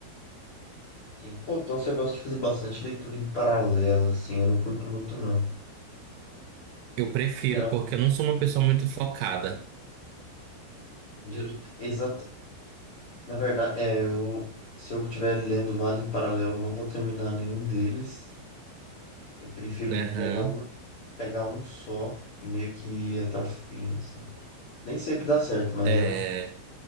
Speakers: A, on the left (about 70°); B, on the right (about 80°).
A: Sim. Pô, então você gosta de fazer bastante leitura em paralelo, assim, eu não curto muito, não.
B: Eu prefiro,
A: Geral,
B: porque eu não sou uma pessoa muito focada.
A: geral- exato. Na verdade, é, eu, se eu estiver lendo vários em paralelo, eu não vou terminar nenhum deles. Eu prefiro
B: Aham.
A: pegar um, pegar um só e meio que ir até o fim, assim. Nem sempre dá certo, mas
B: É.
A: é.